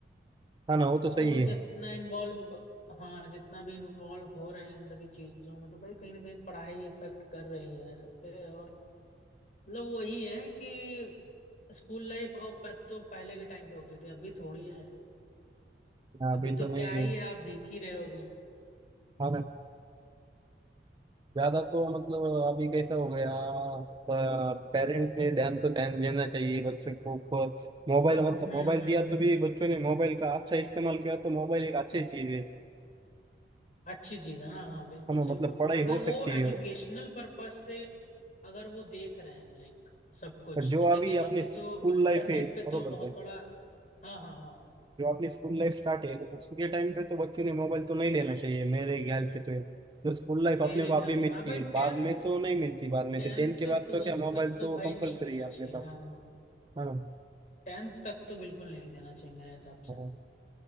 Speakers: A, on the right; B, on the left.
A: हाँ ना वो तो
B: तो
A: सही
B: वो जितना
A: है
B: इन्वॉल्व हाँ जितना भी इन्वॉल्व हो रहे हैं इन सभी चीजों में तो भाई कहीं ना कहीं पढ़ाई इफेक्ट कर रही है सब पे और मतलब वही है कि स्कूल लाइफ और प- तो पहले के टाइम पे होती थी अभी थोड़ी है
A: हाँ, अभी
B: अभी
A: तो
B: तो
A: नहीं
B: क्या ही
A: है
B: है आप देख ही रहे होगे
A: हाँ ना ज्यादा तो मतलब अभी कैसा हो गया पेरेंट्स ने
B: हम्म
A: ध्यान तो ध्यान देना चाहिए बच्चों को ऊपर मोबाइल
B: हम्म
A: मतलब
B: हम्म
A: मोबाइल
B: हम्म,
A: दिया तो भी
B: हम्म।
A: बच्चों ने मोबाइल का अच्छा इस्तेमाल किया तो मोबाइल एक अच्छी चीज है
B: अच्छी चीज हाँ हाँ बिल्कुल
A: हमें
B: सही
A: मतलब
B: बोल
A: पढ़ाई
B: रहे हो अगर
A: हो सकती
B: वो एजुकेशनल
A: है
B: पर्पस से अगर वो देख रहे हैं लाइक सब कुछ
A: पर जो
B: जैसे
A: अभी
B: कि
A: अपनी
B: अभी
A: स्कूल
B: तो इंटरनेट
A: लाइफ है
B: पे
A: बरोबर
B: तो बहुत
A: है
B: बड़ा हाँ हाँ हाँ
A: जो अपनी स्कूल लाइफ स्टार्ट है उसके टाइम पे तो बच्चों ने मोबाइल तो नहीं लेना चाहिए मेरे ख्याल से तो ये। जो स्कूल लाइफ अपने
B: मेरे
A: को अभी
B: ख्याल से
A: मिलती
B: हाँ भाई
A: है बाद
B: टेंथ
A: में तो नहीं मिलती बाद में
B: टेंथ
A: तो टेंथ के बाद
B: ट्वेल्थ
A: तो क्या मोबाइल
B: तक तो
A: तो
B: भाई
A: कंपलसरी
B: नहीं मिलना
A: है
B: चाहिए
A: अपने पास
B: हाँ हाँ
A: है ना
B: टेंथ तक तो बिल्कुल नहीं देना चाहिए मेरे हिसाब से
A: हाँ,